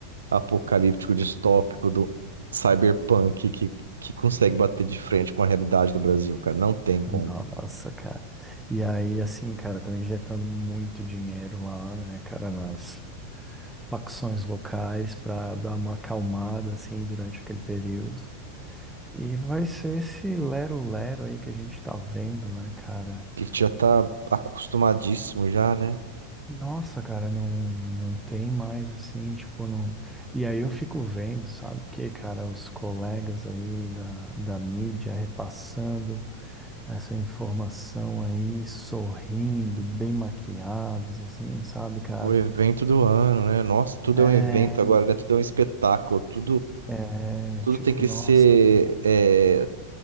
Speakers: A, on the right; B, in the centre.
A: apocalíptico, distópico do cyberpunk que, que consegue bater de frente com a realidade do Brasil, cara? Não tem como.
B: Nossa, cara. E aí, assim, cara, estão injetando muito dinheiro lá, né, cara, nas facções locais para dar uma acalmada, assim, durante aquele período. E vai ser esse lero-lero aí que a gente tá vendo, né, cara?
A: A gente já tá acostumadíssimo já, né?
B: Nossa, cara, não, não tem mais, assim, tipo, não. E aí eu fico vendo, sabe, que, cara, os colegas aí da, da mídia repassando. essa informação aí, sorrindo, bem maquiados, assim, sabe, cara?
A: O evento do ano, né? Nossa, tudo
B: É,
A: é um evento agora, né? Tudo é um espetáculo, tudo,
B: é,
A: tudo
B: tipo,
A: tem que
B: nossa,
A: ser é,